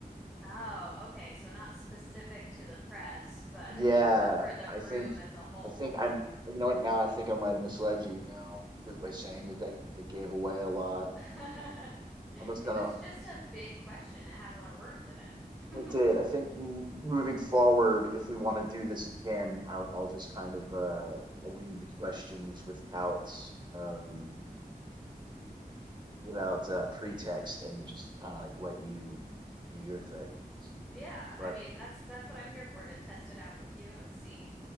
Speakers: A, in the centre; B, on the right.
A: Oh, okay. So not specific to the press, but
B: Yeah,
A: uh, for the
B: I
A: room
B: think
A: as a whole.
B: I think I'm you know what now I think I might have misled you now because by saying that they, they gave away a lot.
A: <laughs>
B: I'm just
A: It
B: gonna
A: was just a big question. It had a lot of words in it.
B: I did. I think
A: <laughs>
B: m- moving forward, if we want to do this again, I'll I'll just kind of uh I'll read the questions without um without uh, pretext and just kind of like let you do your thing.
A: Yeah,
B: But
A: I mean that's that's what I'm here for to test it out with you and see